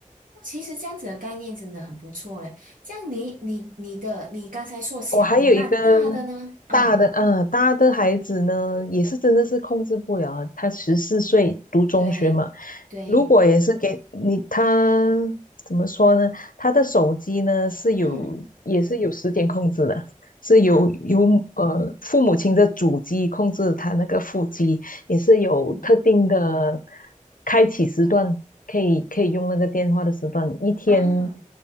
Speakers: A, on the right (about 80°); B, on the left (about 90°).
A: 哦其实这样子的概念真的很不错嘞。这样你你你的你刚才说小的，
B: 我还有一个
A: 那大的呢？啊，
B: 大的，嗯，大的孩子呢，也是真的是控制不了啊他十四岁读中学嘛，
A: 对对，
B: 如果也是给你，他怎么说呢？他的手机呢是有，
A: 嗯
B: 也是有时间控制的，是有有呃父母亲的主机控制他那个副机，
A: 啊
B: 也是有特定的
A: 嗯
B: 开启时段，可以可以用那个电话的时段，一天
A: 啊，